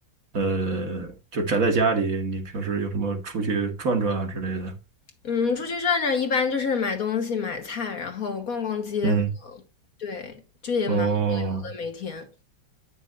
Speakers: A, on the right; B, on the left.
A: 呃，就宅在家里，你平时有什么出去转转啊之类的？
B: 嗯，出去转转一般就是买东西、买菜，然后逛逛街，
A: 嗯，
B: 对，就也蛮无聊的，
A: 哦，
B: 每天。